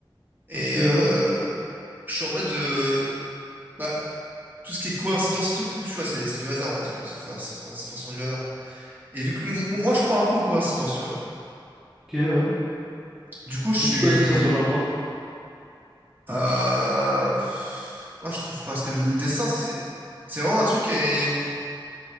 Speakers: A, on the right; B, in the centre.
A: Et
B: Ok,
A: euh,
B: ouais.
A: je suis en mode. euh, Bah, tout ce qui est coïncidence et tout, du coup, tu vois, c'est c'est du hasard, on va dire. C'est fa- c'est- enfin, c'est forcément du hasard. Et vu que m- moi, je crois un peu aux coïncidences, tu vois, alors.
B: Ok, ouais.
A: Du coup, je
B: Mais
A: suis.
B: du coup, est-ce que ça se rejoint pas?
A: Euh... pff, ah, je trouve pas. Parce que le dessin, c'est c'est vraiment un truc qui est.